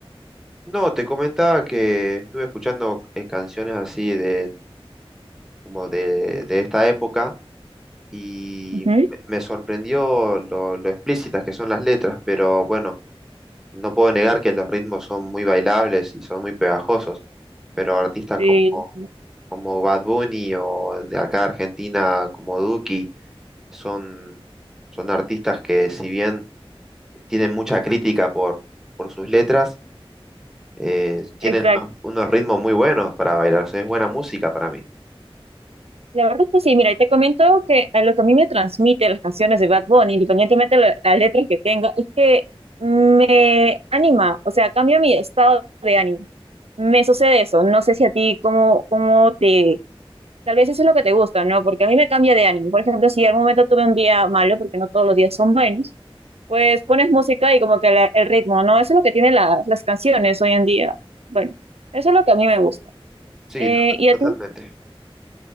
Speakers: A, in the centre; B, on the right.
A: No, te comentaba que estuve escuchando eh, canciones así de, como de, de esta época y
B: Ujú.
A: me me sorprendió lo, lo explícitas que son las letras, pero bueno. No puedo negar que los ritmos son muy bailables y son muy pegajosos, pero artistas
B: Sí,
A: como, como Bad Bunny o de acá Argentina como Duki son, son artistas que si bien tienen mucha crítica por, por sus letras, eh, tienen
B: Exacto.
A: unos, unos ritmos muy buenos para bailar, o sea, es buena música para mí.
B: La verdad es que sí, mira, y te comento que a lo que a mí me transmite las canciones de Bad Bunny, independientemente de la, la letra que tenga, es que me anima, o sea, cambia mi estado de ánimo. Me sucede eso. No sé si a ti cómo, cómo te, Tal vez eso es lo que te gusta, ¿no? Porque a mí me cambia de ánimo. Por ejemplo, si al momento tuve un día malo, porque no todos los días son buenos, pues pones música y como que la- el ritmo, ¿no? Eso es lo que tienen la- las canciones hoy en día. Bueno, eso es lo que a mí me gusta.
A: Sí,
B: Eh,
A: to-
B: ¿y a
A: totalmente.
B: ti